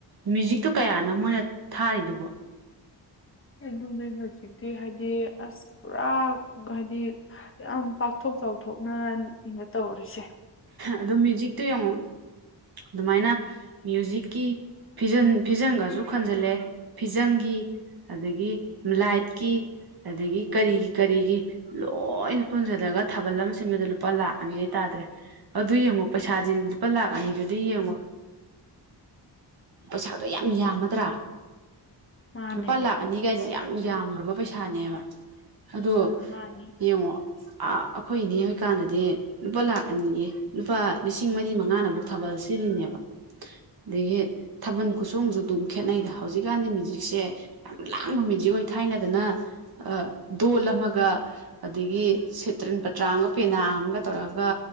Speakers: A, on the right; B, on the left.
A: ꯃ꯭ꯌꯨꯖꯤꯛꯇꯣ ꯀꯌꯥꯅꯣ ꯃꯣꯏꯅ ꯊꯥꯔꯤꯗꯨꯕꯣ
B: ꯑꯗꯨꯅꯦ ꯍꯧꯖꯤꯛꯇꯤ ꯍꯥꯏꯗꯤ ꯑꯁ ꯄꯨꯔꯥ ꯍꯥꯏꯗꯤ ꯌꯥꯝ ꯄꯥꯛ ꯄꯥꯛꯊꯣꯛ ꯆꯥꯎꯊꯣꯛꯅ ꯏꯅ ꯇꯧꯔꯤꯁꯦ
A: ꯑꯗꯨꯝ ꯃ꯭ꯌꯨꯖꯤꯛꯇꯣ ꯌꯦꯡꯉꯣ ꯑꯗꯨꯃꯥꯏꯅ ꯃ꯭ꯌꯨꯖꯤꯛꯀꯤ ꯐꯤꯖꯟ ꯐꯤꯖꯪꯒꯁꯨ ꯈꯟꯖꯤꯜꯂꯦ ꯐꯤꯖꯪꯒꯤ ꯑꯗꯒꯤ ꯂꯥꯏꯠꯀꯤ ꯑꯗꯒꯤ ꯀꯔꯤꯒꯤ ꯀꯔꯤꯒꯤ ꯂꯣꯏꯅ ꯄꯨꯟꯖꯟꯂꯒ ꯊꯥꯕꯜ ꯑꯃ ꯁꯤꯟꯕꯗ ꯂꯨꯄꯥ ꯂꯥꯛ ꯑꯅꯤ ꯗꯩ ꯇꯥꯗ꯭ꯔꯦ ꯑꯗꯨ ꯌꯦꯡꯉꯣ ꯄꯩꯁꯥꯁꯤ ꯂꯨꯄꯥ ꯂꯥꯛ ꯑꯅꯤꯗꯨꯗꯤ ꯌꯦꯡꯉꯣ ꯄꯩꯁꯥꯗꯣ ꯌꯥꯝ ꯌꯥꯝꯃꯗ꯭ꯔꯥ
B: ꯃꯥꯅꯦ
A: ꯂꯨꯄꯥ ꯂꯥꯛ ꯑꯅꯤꯒꯥꯏꯁꯤ ꯌꯥꯝ ꯌꯥꯝꯒꯔꯕ ꯄꯩꯁꯥꯅꯦꯕ ꯑꯗꯣ
B: ꯃꯥꯅꯦ
A: ꯌꯦꯡꯉꯣ ꯑ ꯑꯩꯈꯣꯏ ꯏꯅꯦ ꯍꯣꯏ ꯀꯥꯟꯗꯗꯤ ꯂꯨꯄꯥ ꯂꯥꯛ ꯑꯅꯤꯌꯦ ꯂꯨꯄꯥ ꯂꯤꯁꯤꯡ ꯃꯔꯤ ꯃꯉꯥꯅ ꯅꯕꯩꯛ ꯊꯥꯕꯜ ꯁꯤꯜꯂꯤꯅꯦꯕ ꯑꯗꯒꯤ ꯊꯥꯕꯜ ꯈꯨꯆꯣꯡꯁꯨ ꯑꯗꯨꯝ ꯈꯦꯠꯅꯩꯗ ꯍꯧꯖꯤꯛꯀꯥꯟꯗꯤ ꯃꯌꯨꯖꯤꯛꯁꯦ ꯌꯥꯝ ꯂꯥꯡꯕ ꯃ꯭ꯌꯨꯖꯤꯛ ꯑꯣꯏ ꯊꯥꯏꯅꯗꯅ ꯑ ꯗꯣꯜ ꯑꯃꯒ ꯑꯗꯒꯤ ꯁꯤꯇ꯭ꯔꯟ ꯄꯇ꯭ꯔꯥ ꯑꯃꯒ ꯄꯦꯅꯥ ꯑꯃꯒ ꯇꯧꯔꯒ